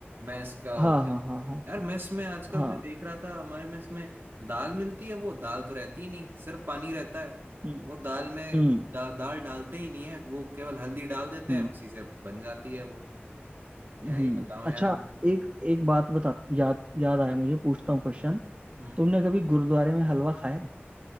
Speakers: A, on the right; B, on the right.
A: मेस का हो
B: हाँ
A: गया
B: हाँ हाँ हाँ
A: यार मेस में आजकल
B: हाँ
A: मैं देख रहा था हमारे मेस में दाल मिलती है वो दाल तो रहती ही नहीं सिर्फ पानी रहता है
B: हम्म
A: वो दाल में
B: हम्म
A: दा, दाल डालते ही नहीं है वो केवल हल्दी डाल देते
B: हम्म
A: हैं उसी से बन जाती है वो क्या
B: हम्म।
A: ही बताओ यार
B: अच्छा
A: मैं
B: एक एक बात बता याद याद आया मुझे पूछता हूँ क्वेश्चन
A: हम्म
B: तुमने कभी गुरुद्वारे में हलवा खाया है